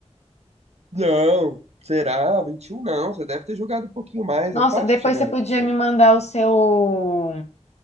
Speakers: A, on the right; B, on the left.
A: Não! Será? vinte e um? não. Você deve ter jogado um pouquinho mais.
B: Nossa,
A: É fácil
B: depois
A: chegar
B: você
A: no
B: podia
A: vinte e
B: me
A: um.
B: mandar o seu o,